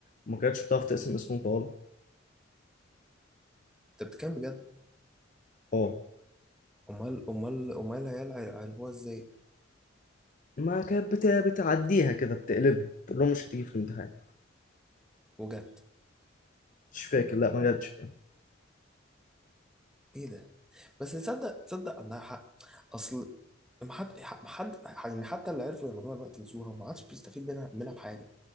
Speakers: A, on the left; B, in the centre.
A: ما كانتش بتعرف تقسم اسم مطوله
B: انت بتتكلم بجد
A: اه
B: امال امال امال العيال عرفوها ازاي
A: ما كانت بت- بتعديها كده بتقلبها تقول لهم مش هتيجي في الامتحان
B: وجد
A: مش فاكر لا ما جاتش
B: ايه ده بس تصدق تصدق عندها حق اصل ما حد ما حد يعني حتى اللي عرفوا يعملوها الوقت نسوها وما عادش بيستفيد منها منها بحاجه